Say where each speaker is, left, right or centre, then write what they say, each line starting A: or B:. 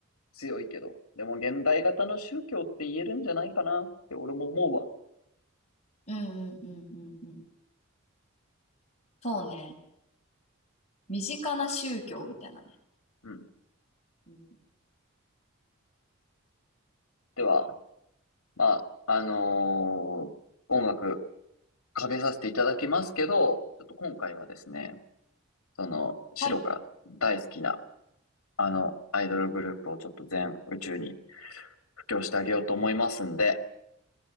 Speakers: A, on the left; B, on the left.
A: 強いけど、でも現代型の宗教って言えるんじゃないかなって俺も思うわ。
B: うん、うん、うん、うん。うんそうね。身近な宗教みたいなね。
A: うん。
B: うん、
A: では、まあ、あのー音楽かけさせていただきますけど、ちょっと今回はですね、その、シロが大好きな
B: はい、
A: あのアイドルグループをちょっと全宇宙に布教してあげようと思いますんで、